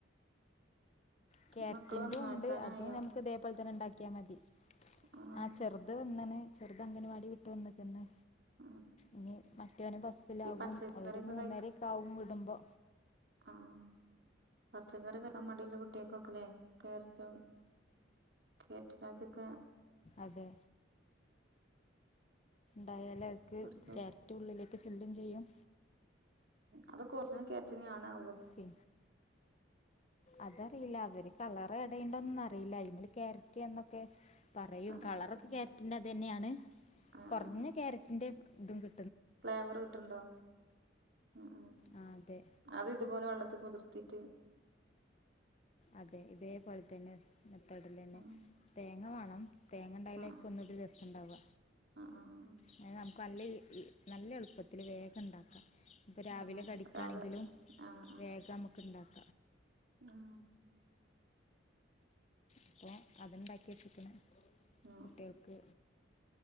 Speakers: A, on the left; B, on the right.
A: ക്യാരറ്റിന്റെ
B: മക്കള് വന്നോ
A: ഉണ്ട്
B: എത്താനായോ
A: അതും നമുക്ക് ഇതേപോലെ തന്നെ ഉണ്ടാക്കിയാ മതി
B: ആഹ്
A: ആ ചെറുത് വന്നാണ് ചെറുത് അംഗൻവാടി വിട്ട് വന്നിക്കന്ന്.
B: ആഹ്
A: ഇനി മറ്റവന് ബസ്സിലാകും
B: ഈ പച്ചക്കറിയൊക്കെ
A: അവര് മൂന്നരൊക്കെ
B: കഴിക്കാ
A: ആകും വിടുമ്പോ.
B: ആഹ് പച്ചക്കറി കഴിക്കാൻ മടിഉള്ള കുട്ടികക്കൊക്കല്ലേ ക്യാരറ്റ് ക്യാരറ്റ് ഇതാക്കിക്കോ
A: അതെ ഉടായാലക്ക്
B: കൊടുത്ത്
A: ക്യാരറ്റ് ഉള്ളിലേക്ക് ചെല്ലും ചെയ്യും
B: അത് കൊറഞ്ഞ ക്യാറ്റിൻവേണവു
A: പി അതറിയില്ല അവര് കളർ ഇടയുണ്ടോന്നും അറിയില്ല ഇമള് ക്യാരറ്റ് എന്നൊക്കെ പറയും
B: ആഹ്
A: കളർക്കെ
B: ആഹ്
A: ക്യാരറ്റിന്റെ അതന്നെയാണ്
B: ആഹ്
A: കുറഞ്ഞ
B: ആഹ്
A: ക്യാരറ്റിന്റെ ഇതും കി
B: ഫ്ലേവർ കിട്ടണ്ടോ മു മു
A: ആ അതെ
B: അത് ഇതുപോലെ വെള്ള ത്തി കുതിർത്തിട്ട്
A: അതെ ഇതേപോലെ തന്നെ മെത്തേഡ്ലാന്നെ
B: ആഹ്
A: തേങ്ങ വേണം തേങ്ങ ഉണ്ടായാലെക്കൊ
B: ആഹ്
A: ഒന്നൂടി രസണ്ടാവുക
B: ആഹ് ആഹ്
A: പിന്നെ <inaudible> നല്ല എളുപ്പത്തില് വേഗം ഇണ്ടാക്കാം ഇപ്പ രാവിലെ
B: ആഹ്
A: കടിക്കാണെങ്കിലും
B: രാവിലെ ആഹ് ആഹ്
A: വേഗമുക്ക് ഇണ്ടാക്കാം
B: ആഹ്
A: അപ്പൊ അതിണ്ടാക്കി വെച്ചേക്കണ്
B: ആഹ്
A: കുട്ടികൾക്ക്.